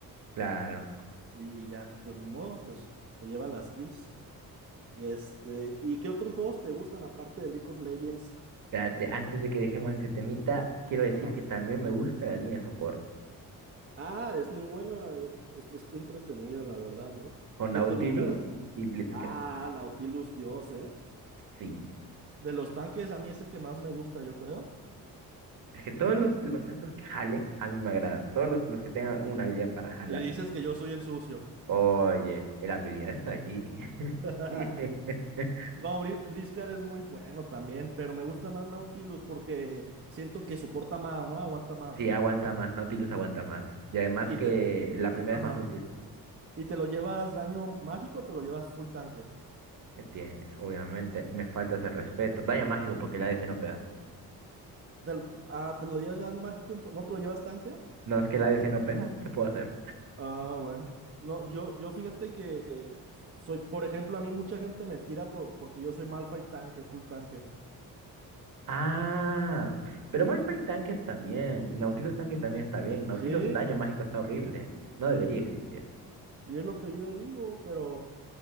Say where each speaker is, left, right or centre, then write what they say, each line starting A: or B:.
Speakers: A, on the right; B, on the right.
A: Claro.
B: Y, y ya, pues ni modo, pues te lleva las kills. Y este, ¿y qué otros juegos te gustan aparte de League of Legends?
A: Espérate, antes de que dejemos este temita, quiero decir
B: Ajá.
A: que también me gusta la línea de soporte,
B: Ah, es muy buena, eh, es- está entretenida, la verdad, ¿no?
A: con
B: ¿Y quién
A: Nautilus
B: te gusta?
A: y Blitzcrank.
B: Ah, Nautilus Dios, eh.
A: Sí.
B: De los tanques, a mí es el que más me gusta, yo creo.
A: Es que todos los,
B: Y,
A: los estos que jalen, a mí me agradan. Todos los, los que tengan una habilidad para jalar.
B: y dices que yo soy el sucio.
A: Oye, la habilidad está ahí.
B: <laughs>
A: <laughs>
B: No, Bli- Blitzcrank es muy bueno también, pero me gusta más Nautilus porque siento que soporta más, ¿no? Aguanta más.
A: Sí, aguanta más, Nautilus aguanta más. Y además
B: Y
A: que
B: te,
A: la primera
B: ajá.
A: es más útil.
B: ¿Y te lo llevas daño mágico o te lo llevas full tanque?
A: ¿Qué tienes? Obviamente, me falta ese respeto. Daño mágico porque la ADC no pega.
B: Te lo- ah, ¿te lo llevas daño mágico? ento- ¿No te lo llevas tanque?
A: No, es que la ADC no pega. ¿Qué puedo hacer?
B: Ah, bueno. No, yo, yo fíjate que so- soy, por ejemplo, a mí mucha gente me tira por, porque yo soy Malphite tanque, full tanque.
A: Ah, pero Malphite tanque está bien. Y Nautilus tanque también está bien. Nautilus
B: Sí,
A: daño
B: sí.
A: mágico está horrible. No debería existir.
B: Y es lo que yo digo, pero